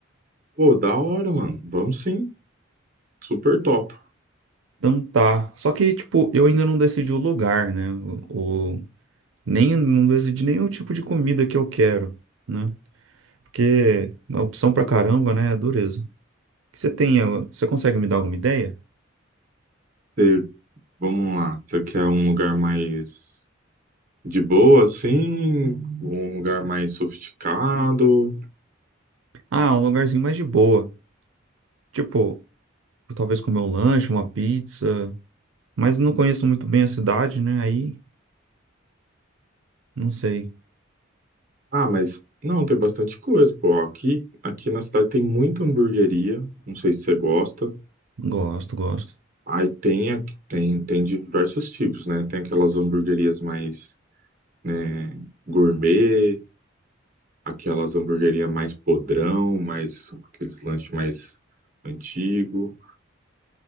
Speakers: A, on the right; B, on the right.
A: Pô, da hora, mano. Vamos sim. Super top.
B: Então tá, só que, tipo, eu ainda não decidi o lugar, né? O, o- nem, não decidi nenhum tipo de comida que eu quero, né? Porque a opção pra caramba, né, é dureza. O que você tem? ah, Você consegue me dar alguma ideia?
A: Você- vamos lá. Você quer um lugar mais de boa, assim? Um lugar mais sofisticado?
B: Ah, um lugarzinho mais de boa. Tipo, talvez comer um lanche, uma pizza. Mas não conheço muito bem a cidade, né? Aí, não sei.
A: Ah, mas não, tem bastante coisa, pô. Aqui, aqui na cidade tem muita hamburgueria. Não sei se você gosta.
B: Gosto, gosto.
A: Aí tem, aqui- tem, tem diversos tipos, né? Tem aquelas hamburguerias mais, né, gourmet. aquelas hamburgueria mais podrão, mais aqueles lanches mais antigo.